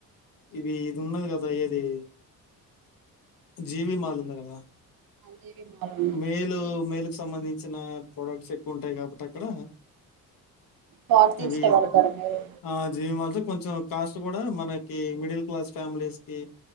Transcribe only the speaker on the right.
జీవి మాల్ ఉంది
కాటన్
ఇష్టపడతారు మీరు